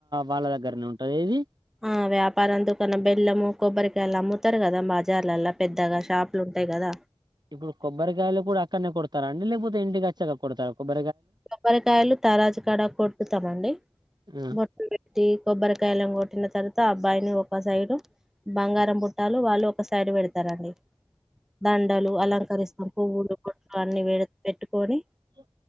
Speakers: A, on the right; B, in the centre.
A: వాళ్ళ దగ్గరనే ఉంటుంది ఇది
B: ఆ వ్యాపారంతోకన బెల్లము కొబ్బరికాయలు అమ్ముతారు కదా బజార్లల్ పెద్దగా షాపులు ఉంటాయి కదా
A: ఇప్పుడు కొబ్బరికాయలు కూడా అక్కడనే కొడత త అండిలేపోతే ఇండికిచ్చా కొడతారు కొబ్బ
B: కొబ్బరికాయలు తరాజకాడ కొటుతామండి
A: ఆ,
B: మొట్ట పెట్టి కొబ్బరికాయలు కొ పెట్టిన తరువాత ఆ అబ్బాయిని ఒక సైడ్ బంగారం పుట్టాలు వాళ్ళు ఒక సైడ్ పెడతారండి దండలు అలంకరిస్తాం పువ్వులు కొట్లు అన్నిీ వేడ పెట్టుకొని
A: ఇ